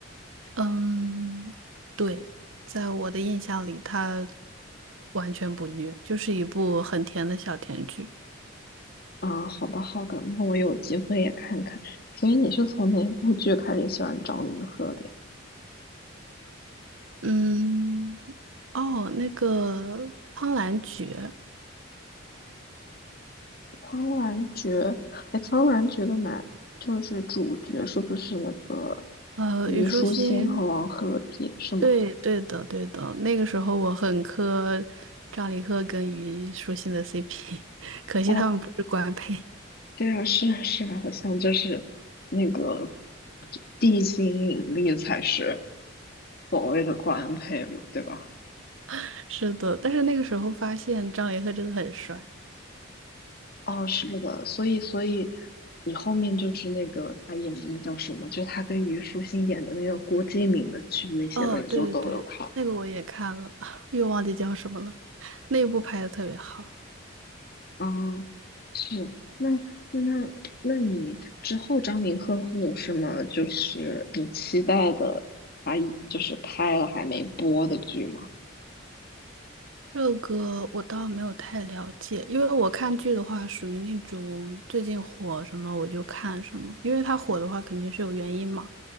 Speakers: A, on the right; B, on the left.
A: 嗯，对，在我的印象里，她完全不虐，就是一部很甜的小甜剧。
B: 啊，好的好的，那我有机会也看看。所以你是从哪部剧开始喜欢张凌赫的呀？
A: 嗯，哦，那个《苍兰诀》。
B: 《苍兰诀》哎，《苍兰诀》的男就是主角是不是那个
A: 呃，
B: 虞书欣和王鹤棣是吗？
A: 虞书欣，对对的对的，那个时候我很磕张凌赫跟虞书欣的 CP，<laughs> 可惜他们不是官配。
B: 哦，对啊，是啊是啊，好像就是那个地心引力才是所谓的官配嘛，对吧？
A: <laughs> 是的，但是那个时候发现张凌赫真的很帅。
B: 哦，是的，所以所以你后面就是那个他演的那叫什么，就他跟虞书欣演的那个郭敬明的剧那些的，
A: 哦，
B: 你就都有看。
A: 对对对，那个我也看了，<laughs> 又忘记叫什么了，那一部拍的特别好。
B: 啊，是，那那那你之后张凌赫会有什么就是你期待的，他就是拍了还没播的剧吗？
A: 这个我倒没有太了解，因为我看剧的话，属于那种最近火什么我就看什么，因为它火的话肯定是有原因嘛，